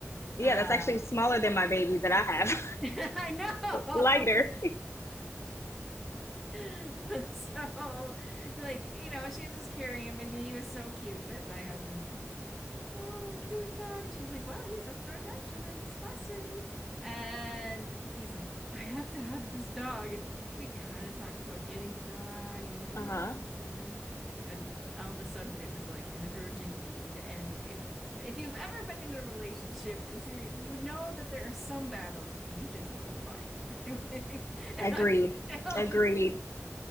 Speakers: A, on the left (about 65°); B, in the centre.
A: Yeah,
B: Uh
A: that's actually smaller than my baby that I have.
B: <laughs> I know.
A: <laughs> Lighter.
B: <laughs> so like, you know, she's just carrying him and he was so cute that my husband's like, oh, cute dog. And she's like, well, he's up for adoption. I'm just fostering. And he's like, I have to have this dog. And we kind of talked about getting a dog and
A: Uh-huh.
B: eh, eh. and all of a sudden it was like an urgent need. And if if you've ever been in a relationship, you you know that there are some battles you just don't fight. <laughs> And
A: Agreed.
B: I failed.
A: Agreed.